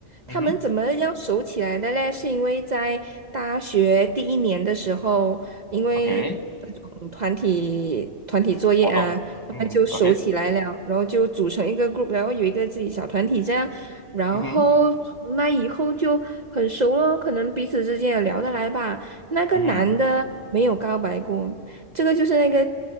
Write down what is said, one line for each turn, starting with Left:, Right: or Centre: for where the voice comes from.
Left: 嗯哼
Right: 他们怎么样熟起来的嘞？是因为在大学第一年的时候，因为那种团体团体作业啊，
Left: ，OK，活动，
Right: 他们就熟起来了，
Left: 嗯，OK，
Right: 然后就组成一个 group，然后有一个自己小团体这样，然后从那以后就很熟了，
Left: 嗯哼，
Right: 可能彼此之间也聊得来吧。那个男的没有告白过，
Left: 嗯哼，
Right: 这个就是那个